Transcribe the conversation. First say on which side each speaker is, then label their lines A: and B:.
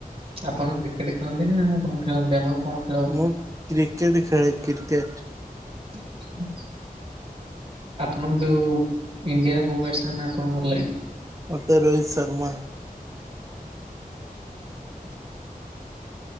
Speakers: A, on the right; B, on the right.
A: ଆପଣ କ୍ରିକେଟ ଖେଳନ୍ତି ନା କଣ ଖେଳନ୍ତି? ଆପଣ କଣ ଖେ
B: ମୁଁ କ୍ରିକେଟ୍ ଖେଳେ କ୍ରିକେଟ୍।
A: <inaudible> ଆପଣଙ୍କ ଯୋଉ ଇଣ୍ଡିଆର କୋଉ ବ୍ୟାଟସମ୍ୟାନ୍ ଆପଣଙ୍କୁ ଭଲ ଲାଗେ?
B: ମୋତେ ରୋହିତ ଶର୍ମା।
A: <inaudible>